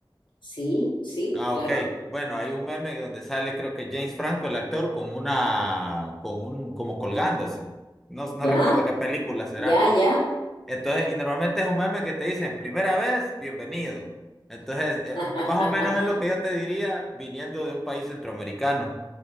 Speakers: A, on the left; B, in the centre.
A: Sí, sí,
B: Ah,
A: claro.
B: ok. Bueno, hay un meme donde sale, creo que James Franco, el actor, con una, con un, como colgándose. No, no
A: ¿Ya?
B: recuerdo qué película será.
A: Ya, ya.
B: Entonces, y normalmente es un meme que te dicen, primera vez, bienvenido. Entonces, eh,
A: <laughs>
B: más o menos es lo que yo te diría viniendo de un país centroamericano,